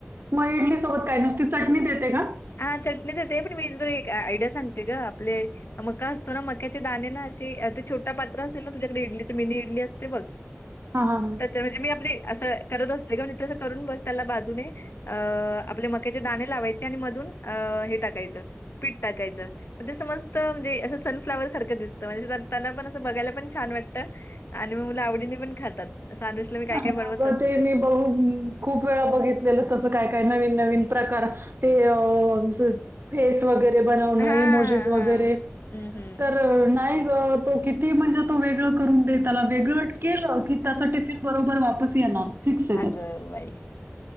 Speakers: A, on the right; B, on the left.
A: मग इडली सोबत काय नुसती चटणी देते का?
B: हा चटणी देते पण मी तुला एक आयडिया सांगते का आपले मका असतो ना मक्याचे दाणे ना असे ते छोट पात्र असेल ना तुझ्याकडे इडलीच मिनी इडली असते बघ
A: हा हा हा.
B: त्याच्या म्हणजे मी आपली असं करत असते क म्हणजे ते असं करून बघ त्याला बाजूने अ आपल्या मक्याचे दाणे लावायचे आणि मधून अ हे टाकायचं पीठ टाकायचं तर ते समजत म्हणजे असं सनफ्लाॉवर सारखं दिसतं म्हणजे त्यांना पण असं बघायला पण छान वाटतं आणि म मुला आवडीने पण खातात <unintelligible>
A: आणि अगं
B: असते.
A: ते मी बघ खूप वेळा बघितलेलं तसं काय काय नवीन नवीन प्रकार ते अह च फेस वगैरे बनवणं
B: हां,
A: इमोजिज वगैरे
B: हां. हं, हं.
A: तर नाही ग तो किती म्हणजे तो वेगळ करून दे त्याला वेगळं केलं की त्याचा टी फिन बरोबर वापस येणार फिक्स आहे त्याचं
B: अगं बाई!